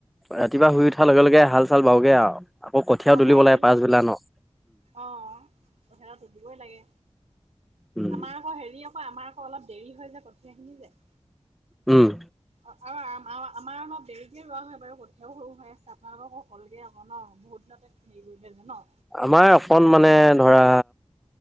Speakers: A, in the centre; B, on the right.
A: ৰাতিপুৱা শুই উঠাৰ লগে-লগে হাল-চাল বওগে আৰু। আকৌ কঠীয়াও
B: অ
A: তুলিব
B: বাইগে
A: লাগে,
B: ন
A: পাছবেলা ন।
B: অ। কঠীয়াটো তুলিবই লাগে।
A: উম
B: আমাৰ আকৌ হেৰি, আকৌ আমাৰ আকৌ অলপ দেৰি হৈ যায়, কঠীয়াখিনি যে
A: উম।
B: অ, আৰু আম আমাৰ অলপ দেৰিকে ৰোৱা হয় বাৰু, কঠীয়াও সৰু হৈ আছে, আপোনালোককো হ'লগে আকৌ ন, বহুত দিনতে হেৰি কৰিলেনে ন।
A: আমাৰ অকণ মানে ধৰা,